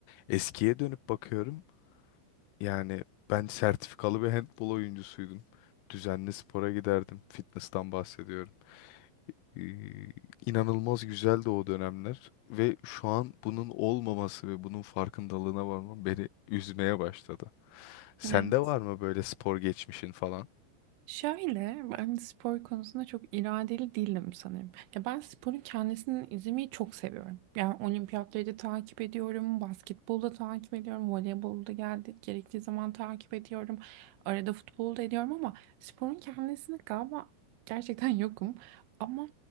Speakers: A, on the left; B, on the right.
A: Eskiye dönüp bakıyorum. Yani ben sertifikalı bir handbol oyuncusuydum. Düzenli spora giderdim. Fitness'tan bahsediyorum. Ee, inanılmaz güzeldi o dönemler ve şu an bunun olmaması ve bunun farkındalığına varmam beni üzmeye başladı. Sende
B: Evet.
A: var mı böyle spor geçmişin falan?
B: Şöyle ben spor konusunda çok iradeli değilim sanırım. Ya ben sporun kendisini izlemeyi çok seviyorum. Yani olimpiyatları da takip ediyorum, basketbolu da takip ediyorum, voleybolu da geldi, gerektiği zaman takip ediyorum. Arada futbolu da ediyorum ama sporun kendisini galiba gerçekten yokum. Ama